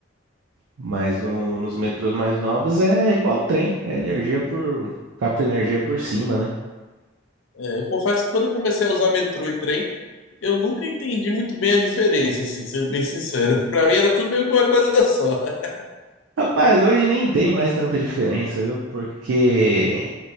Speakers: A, on the right (about 85°); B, on the left (about 85°).
A: Mas no- nos metrôs mais novos é igual o trem, é energia por, capta energia por cima, né?
B: É, eu confesso que quando eu comecei a usar metrô e trem, eu nunca entendi muito bem a diferença, assim, sendo bem sincero. <laughs> Pra mim era tudo meio que uma coisa só. <laughs>
A: Rapaz, hoje nem tem mais tanta diferença, viu? Porque